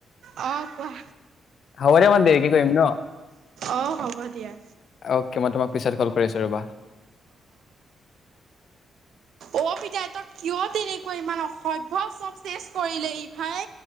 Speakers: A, on the right; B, on the left.
A: অ কোৱা।
B: হব দিয়া <unintelligible> দেৰি কে কৰিম ন?
A: অঁ হ'ব দিয়া।
B: অকে মই তোমাক পিছত কল কৰি আছো ৰবা।
A: অঁ পিতাই তই কিয় তেনেকৈ ইমান অসভ্য চব চেচ কৰিলে ই ভাই।